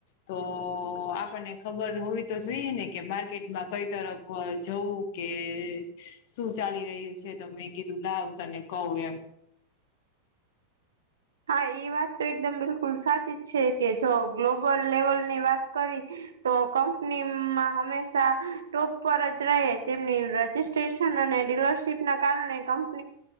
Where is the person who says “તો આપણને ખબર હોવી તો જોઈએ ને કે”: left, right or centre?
Left